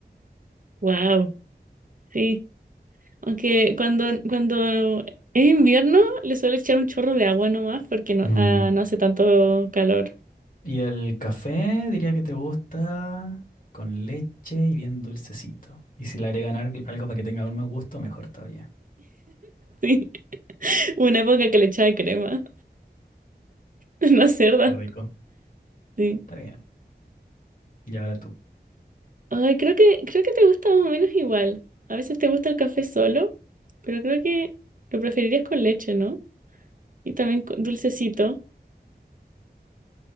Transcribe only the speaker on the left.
Mm.
Y el café, diría que te gusta con leche y bien dulcecito. Y si le agregan al- algo para que tenga aún más gusto, mejor todavía.
Qué rico.
Está bien. Y ahora tú.